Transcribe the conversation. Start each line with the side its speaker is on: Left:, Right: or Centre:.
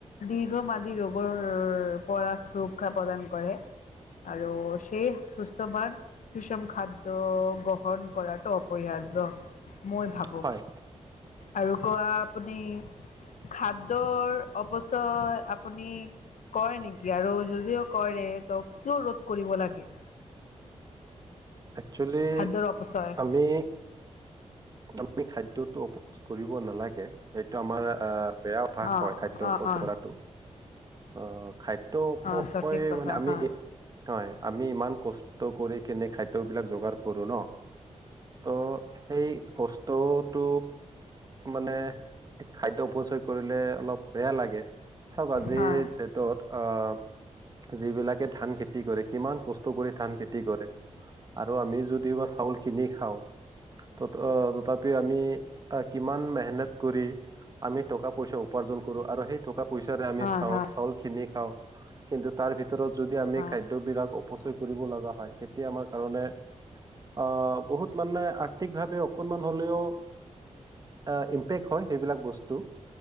Left: দীৰ্ঘমাদী ৰোগৰ পৰা সুৰক্ষা প্ৰদান কৰে আৰু সেই সুস্থৱান সুষম খাদ্য গ্ৰহণ কৰাটো অপৰিহাৰ্য। মই ভাবোঁ,
Right: হয়
Left: আৰু কোৱা আপুনি খাদ্যৰ অপচয় আপুনি কৰে নেকি? আৰু যদিও কৰে ত কিয় ৰোধ কৰিব লাগে?
Right: অ্যাকচুৱেলি
Left: খাদ্যৰ অপচয়
Right: আমি আমি খাদ্যতটো অপচয় কৰিব নালাগে, এইটো আমাৰ আহ বেয়া অভাস
Left: অ
Right: হয় খাদ্য
Left: অ
Right: অপচয়
Left: অ
Right: কৰাটো। আহ খাদ্য উপস
Left: অ সঠিক
Right: হৈ
Left: কথা
Right: মানে আমি,
Left: হা
Right: হয় আমি ইমান কষ্ট কৰি কিনে খাদ্যবিলাক যোগাৰ কৰো ন ত সেই কষ্টতটো মানে খাদ্য অপচয় কৰিলে অলপ বেয়া লাগে। চাওক আজি
Left: হয়
Right: ডেটত অ', যিবিলাকে ধান খেতি কৰে, কিমান কষ্ট কৰি ধান খেতি কৰে, আৰু আমি যদিয়ো বা চাউল কিনি খাওঁ ত'ত অ', তথাপি আমি আ, কিমান মেহনত কৰি আমি টকা পইচা উ উপাৰ্জন কৰোঁ আৰু সেই টকা পইচাৰে আমি
Left: হয়
Right: চা-চাউল
Left: হয়
Right: কিনি খাওঁ। কিন্তু তাৰভিত ভিতৰত যদি আমি
Left: হয়
Right: খাদ্যবিলাক অপচয় কৰিব লগা হয়, কেতিয়া আমাৰ কাৰণে আ, বহুত মানে আৰ্থিকভাৱে অকণমান হ'লেও অ', ইম্পেক্ট হয়, সেইবিলাক বস্তু,